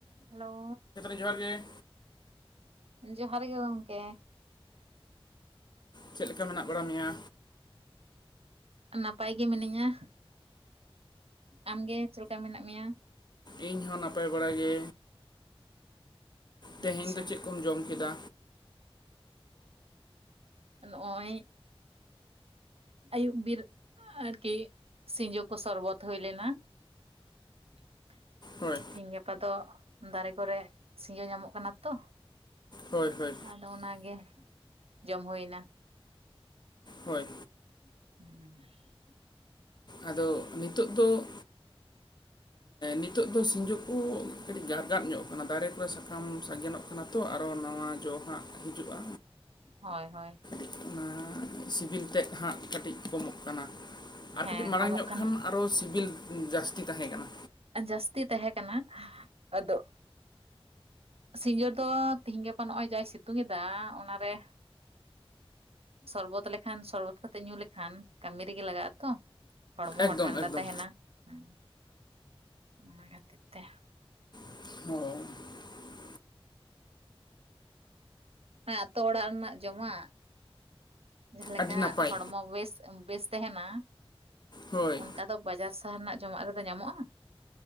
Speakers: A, on the right; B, on the left.
A: ᱦᱮᱞᱳ
B: ᱡᱚᱦᱟᱨ ᱜᱮ
A: ᱡᱚᱦᱟᱨ ᱜᱮ ᱜᱚᱝᱠᱮ
B: ᱪᱮᱫ ᱞᱮᱠᱟ ᱢᱮᱱᱟᱜ ᱵᱟᱲᱟ ᱢᱮᱭᱟ᱾
A: ᱱᱟᱯᱟᱭ ᱜᱮ ᱢᱤᱱᱟᱹᱧᱟ ᱟᱢᱜᱮ ᱪᱮᱫ ᱞᱮᱠᱟ ᱢᱮᱱᱟᱜ ᱢᱮᱭᱟ᱾
B: ᱤᱧ ᱦᱚᱸ ᱱᱟᱯᱟᱭ ᱵᱟᱲᱟ ᱜᱮ
A: ᱟᱪᱪᱷᱟ
B: ᱛᱮᱦᱮᱧ ᱫᱚ ᱪᱮᱫ ᱠᱚᱢ ᱡᱚᱢ ᱠᱮᱫᱟ
A: ᱱᱚᱜᱼᱚᱭ ᱟᱹᱭᱩᱵ ᱵᱤᱨ ᱟᱨᱠᱤ ᱥᱤᱸᱡᱳ ᱠᱚ ᱥᱚᱨᱵᱚᱛ ᱦᱩᱭ ᱞᱮᱱᱟ <inaudible>
B: ᱦᱳᱭ
A: ᱛᱮᱤᱦᱤᱧ ᱜᱟᱯᱟ ᱫᱚ ᱫᱟᱨᱮ ᱠᱚᱨᱮᱜ ᱥᱤᱭᱳ ᱧᱟᱢᱚᱜ ᱠᱟᱱᱟ ᱛᱚ
B: ᱦᱳᱭ ᱦᱳᱭ
A: ᱟᱫᱚ ᱚᱱᱟᱜᱮ ᱡᱚᱢ ᱦᱩᱭᱱᱟ᱾
B: ᱦᱳᱭ
A: ᱦᱮᱸ <unintelligible>
B: ᱟᱫᱚ ᱱᱤᱛᱚᱜ ᱫᱚ
A: ᱟ <inaudible>
B: ᱱᱤᱛᱚᱜ ᱫᱚ ᱥᱤᱸᱡᱳ ᱠᱚ ᱠᱟᱹᱴᱤᱡ ᱜᱟᱨᱠᱟᱫ ᱧᱚᱜ ᱠᱟᱱᱟ ᱫᱟᱨᱮ ᱠᱚᱨᱮ ᱥᱟᱠᱟᱢ ᱥᱟᱜᱮᱱᱚᱜ <unintelligible> ᱚᱱᱟ ᱛᱚ ᱟᱨᱚ ᱱᱟᱣᱟ ᱡᱚ ᱦᱟᱜ ᱦᱤᱡᱩᱜᱼᱟ
A: ᱦᱳᱭ ᱦᱳᱭ
B: <unintelligible> ᱚᱱᱟ ᱥᱤᱵᱤᱞ ᱛᱮᱫ ᱦᱟᱸᱜ ᱠᱟᱹᱴᱤᱡ ᱠᱚᱢᱚᱜ ᱠᱟᱱᱟ ᱟᱨ
A: ᱦᱮᱸ
B: ᱠᱟᱹᱴᱤᱡ ᱢᱟᱲᱟᱝ
A: ᱠᱚᱢᱚᱜ
B: ᱧᱚᱜ
A: ᱠᱟᱱᱟ
B: ᱠᱷᱟᱱ ᱟᱨᱚ ᱥᱤᱵᱤᱞ ᱡᱟᱹᱥᱛᱤ ᱛᱟᱦᱮᱸ ᱠᱟᱱᱟ
A: ᱡᱟᱹᱥᱛᱤ ᱛᱟᱦᱮᱸ ᱠᱟᱱᱟ ᱟᱫᱚ ᱥᱤᱸᱡᱳ ᱫᱚ ᱛᱤᱦᱤᱧ ᱜᱟᱯᱟ ᱱᱚᱜᱼᱚᱭ ᱡᱟᱭ ᱥᱤᱛᱩᱝ ᱮᱫᱟ ᱚᱱᱟᱨᱮ ᱥᱚᱨᱵᱚᱛ ᱞᱮᱠᱷᱟᱱ ᱥᱚᱨᱵᱚᱛ ᱠᱟᱛᱮ ᱧᱩ ᱞᱮᱠᱷᱟᱱ ᱠᱟᱹᱢᱤ ᱨᱮᱜᱮ ᱞᱟᱜᱟᱜ ᱟ ᱛᱚ᱾ ᱦᱚᱲᱢᱚ
B: ᱮᱠᱫᱚᱢ
A: ᱦᱚᱸ ᱴᱷᱟᱱᱰᱟ
B: ᱮᱠᱫᱚᱢ
A: ᱛᱟᱦᱮᱸᱱᱟ ᱦᱚᱸ ᱚᱱᱟ ᱠᱷᱟᱹᱛᱤᱨ ᱛᱮ᱾
B: <unintelligible>
A: ᱟᱹᱛᱳ ᱚᱲᱟᱜ ᱨᱮᱱᱟᱜ ᱡᱚᱢᱟᱜ ᱡᱟᱦᱟᱸᱞᱮᱠᱟ
B: ᱟᱹᱰᱤ ᱱᱟᱯᱟᱭ
A: ᱦᱚᱲᱢᱚ ᱵᱮᱥ ᱵᱮᱥ ᱛᱟᱦᱮᱸᱱᱟ
B: ᱦᱳᱭ
A: ᱚᱱᱠᱟ ᱫᱚ ᱵᱟᱡᱟᱨ <unintelligible> ᱨᱮᱱᱟᱜ ᱡᱚᱢᱟᱜ ᱨᱮᱫᱚ ᱧᱟᱢᱚᱜᱼᱟ